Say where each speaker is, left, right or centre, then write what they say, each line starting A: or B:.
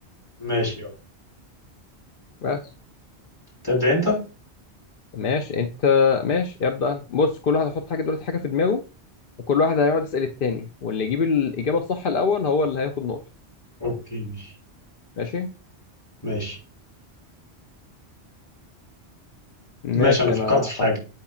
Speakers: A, on the left; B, on the left.
A: ماشي اه
B: بس
A: تبدأ انت
B: ماشي أنت ماشي يبدأ أنا بص كل واحد هيحط حاجة دلوقتي حاجة في دماغه وكل واحد هيقعد يسأل التاني واللي يجيب الإجابة الصح الأول هو اللي هياخد نقطة
A: اوكي ماشي
B: ماشي
A: ماشي
B: ماشي
A: ماشي انا فكرت
B: أنا
A: في حاجة
B: حط...